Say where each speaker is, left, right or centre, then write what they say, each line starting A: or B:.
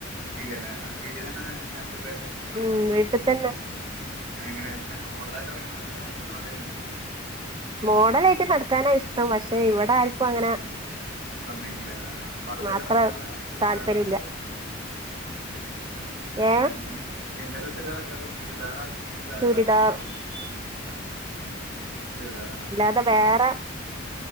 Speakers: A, on the right; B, on the right.
A: ഇല്ലല്ല വീട്ടിൽ തന്നെ നാച്ചുറൽ ആയിട്ട് തന്നെ നടക്കണ
B: ഉം വീട്ടിൽ തന്നെ
A: എങ്ങനെ മോഡല ആയിട്ട് ഇറങ്ങ ണ നല്ല സാദാ യിലാ ആളുകള്
B: മോഡലയിട്ട് നടക്കാനാ ഇഷ്ടം പക്ഷെ ഇവിടെ ആർക്കും അങ്ങനെ
A: സമ്മയ്ക്കില്ലല്ലേ ആഹ് പറുദയിട്ട്
B: അത്ര
A: നടക്കുന്ന നല്ല ചുരിദാരാ
B: താല്പര്യം
A: എന്ത
B: ഇല്ല ഏ
A: അല്ല എന്താണ് എന്തഡ്രസ്സിട്ട് നട ക്കാർ ചുരിദാറാല്ണ് ൻസ
B: ചുരിദാർ
A: ല്ലന പർതെ ആഹ് ചിരിദാര
B: അത വേറെ